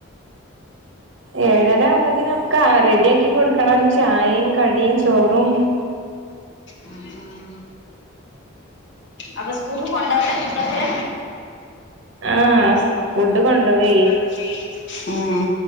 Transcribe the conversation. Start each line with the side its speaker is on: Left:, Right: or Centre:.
Right: ഏഴര ആവുമ്പോത്തിനൊക്കെ റെഡിയാക്കി കൊടുക്കണം ചായയും കടിയും ചോറും
Left: ഉം ഉം അപ്പൊ സ്കൂൾക്ക് കൊണ്ടാവല ഫുഡൊക്കെ
Right: ആഹ് ഫുഡ് കൊണ്ടു പോവേ
Left: സുഖല്ല ഉം